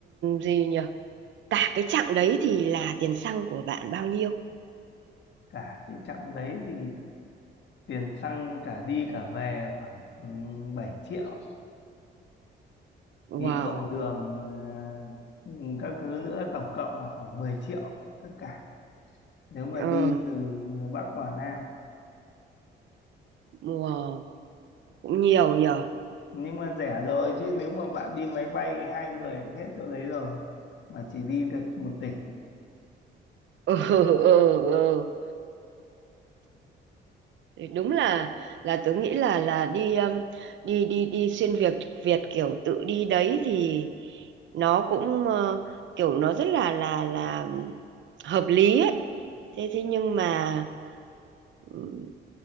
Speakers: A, on the right; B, on the left.
A: gì nhở? Cả cái chặng đấy thì là tiền xăng của bạn bao nhiêu?
B: cả cái chặng đấy thì tiền xăng cả đi cả về khoảng ừ, 7 triệu
A: Wow.
B: phí cầu đường à, ừ, các thứ nữa tổng cộng là khoảng 10 triệu tất cả nếu mà
A: Ờ,
B: đi từ Bắc qua Nam
A: wow. Cũng nhiều nhở.
B: nhưng mà rẻ rồi chứ nếu mà bạn đi máy bay hai người cũng hết chỗ đấy rồi mà chỉ đi được một tỉnh
A: <laughs> Ừ, ừ, ừ. Thì đúng là là tớ nghĩ là là đi um, đi đi đi xuyên Việt Việt kiểu tự đi đấy thì nó cũng ờ, kiểu nó rất là là là hợp lý ấy. Thế thế nhưng mà ừm,